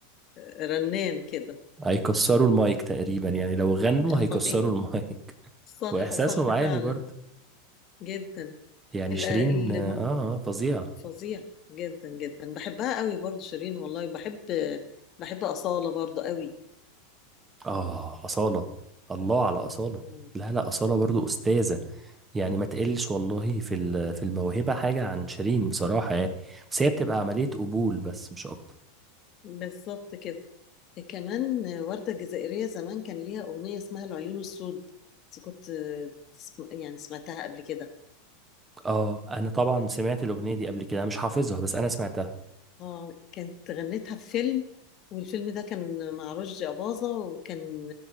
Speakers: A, on the left; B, on the right.
A: رنان كده
B: هيكسروا المايك تقريبا يعني لو غنوا
A: <laughs>
B: هيكسروا
A: أيوه
B: المايك <laughs>
A: صح
B: وإحساسهم
A: صح
B: عالي
A: فعلا
B: برضه
A: جدا
B: يعني
A: ال-
B: شيرين
A: الم-
B: اه آه، فظيعة
A: فظيع جدا جدا بحبها قوي برضو شيرين والله بحب بحب أصالة برضو قوي
B: اه أصالة الله على أصالة
A: مم.
B: لا لا أصالة
A: مم.
B: برضو أستاذة يعني ما تقلش والله في ال- في الموهبة حاجة عن شيرين بصراحة يعني بس هي بتبقى عملية قبول بس مش أكتر
A: بالظبط كده كمان وردة الجزائرية زمان كان ليها أغنية اسمها العيون السود بس كنت تسم... يعني سمعتها قبل كده
B: اه انا طبعا سمعت الاغنيه دي قبل كده مش حافظها بس انا سمعتها
A: اه كانت غنتها في فيلم والفيلم ده كان مع رشدي أباظة وكان